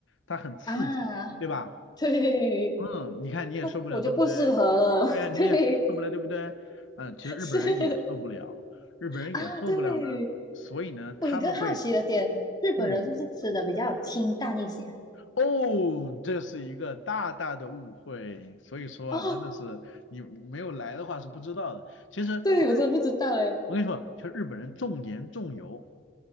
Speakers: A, on the left; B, on the left.
A: 它很刺激，
B: 啊，
A: 对吧？
B: 对，
A: 嗯，你看你也受不了，
B: 那我就不适合了。
A: 对不对？对呀，
B: <laughs>
A: 你也受不了，
B: 对，
A: 对不对？嗯，其实日本人也受不了，
B: 是
A: 日本人也受不了呢，
B: 啊，对。
A: 所以呢，他们会，
B: 我有一个好奇的点，日本人是不是吃的比较清淡一些啊
A: 嗯，哦，这是一个大大的误会，所以说啊，
B: 哦，
A: 真的是你没有来的话是不知道的。其实日，
B: 对，我真的不知道哎。
A: 我跟你说，其实日本人重盐重油，